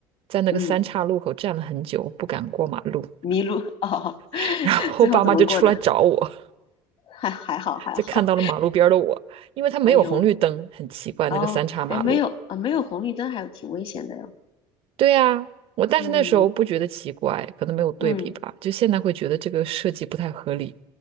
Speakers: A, on the right (about 55°); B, on the left (about 60°).
A: 在那个三岔路口站了很久，
B: 嗯，
A: 不敢过马路，
B: 迷路哦，<laughs>
A: <laughs> 然后爸妈就出来找我，
B: 最后怎么过的？<laughs> 还还好还好。
A: 就看到了马路边儿的我，因为它没有红绿灯，
B: 哎呦
A: 很奇怪，
B: 哦，
A: 那个三岔马路。
B: 哎没有啊，没有红绿灯还挺危险的哟。
A: 对呀，我但是那时候不觉得奇怪，
B: 嗯
A: 可能没有对比吧，
B: 嗯。
A: 就现在会觉得这个设计不太合理。